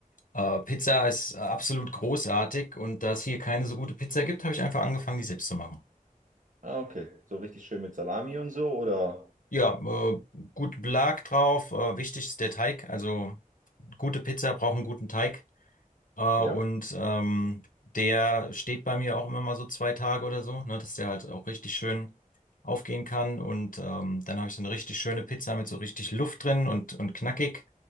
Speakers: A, on the left; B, on the right.
A: Äh, Pizza ist äh, absolut großartig und da es hier keine so gute Pizza gibt, habe ich einfach angefangen, die selbst zu machen.
B: Ah, okay. So richtig schön mit Salami und so oder?
A: Ja, äh, gut Belag drauf, äh, wichtig ist der Teig. Also gute Pizza braucht einen guten Teig. Äh, und
B: Ja,
A: ähm, der steht bei mir auch immer mal so zwei Tage oder so, ne, dass der halt auch richtig schön aufgehen kann. Und ähm, dann habe ich so eine richtig schöne Pizza mit so richtig Luft drin und, und knackig.